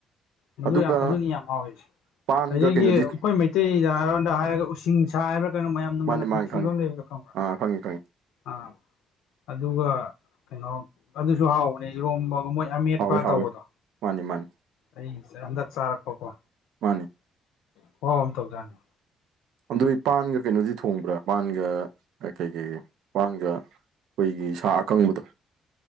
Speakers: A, on the left; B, on the right.
A: ꯃꯗꯨ
B: ꯑꯗꯨꯒ
A: ꯌꯥꯝ ꯑꯗꯨꯅꯤ ꯌꯥꯝ ꯍꯥꯎꯔꯤꯁꯦ
B: ꯄꯥꯟꯒ
A: ꯑꯗꯒꯤ
B: ꯀꯩꯅꯣꯗꯤ
A: ꯑꯩꯈꯣꯏ ꯃꯩꯇꯩ ꯇꯩꯗ ꯍꯥꯏꯔꯣꯟꯗ ꯍꯥꯏꯔꯒ ꯎꯁꯤꯡꯁ ꯍꯥꯏꯕ꯭ꯔꯥ ꯀꯩꯅꯣ ꯃꯌꯥꯝꯅ
B: ꯃꯥꯅꯦ
A: ꯃꯅꯝ
B: ꯃꯥꯅꯦ
A: ꯅꯨꯡꯁꯤꯕ
B: ꯈꯪꯉꯦ
A: ꯑꯃ ꯂꯩꯕꯗꯣ ꯈꯪꯕ꯭ꯔꯥ?
B: ꯑꯥ ꯈꯪꯉꯦ ꯈꯪꯉꯦ
A: ꯑꯥ ꯑꯗꯨꯒ ꯀꯩꯅꯣ ꯑꯗꯨꯁꯨ ꯍꯥꯎꯕꯅꯦ ꯏꯔꯣꯝꯕꯒ ꯃꯣꯏ ꯑꯃꯦꯠꯄꯥ
B: ꯍꯥꯎꯋꯦ ꯍꯥꯎꯋꯦ
A: ꯇꯧꯕꯗꯣ
B: ꯃꯥꯅꯤ ꯃꯥꯅꯤ
A: ꯑꯩ ꯍꯟꯗꯛ ꯆꯥꯔꯛꯄꯀꯣ
B: ꯃꯥꯅꯦ
A: ꯈꯨꯍꯥꯎ ꯑꯝ ꯇꯧꯖꯥꯠꯅꯤ꯫
B: ꯑꯗꯨ ꯄꯥꯟꯒ ꯀꯩꯅꯣꯗꯤ ꯊꯣꯡꯕ꯭ꯔꯥ ꯄꯥꯟꯒ ꯀꯩ ꯀꯩ ꯄꯥꯟꯒ ꯑꯩꯈꯣꯏꯒꯤ ꯁꯥ ꯑꯀꯪꯕꯗꯣ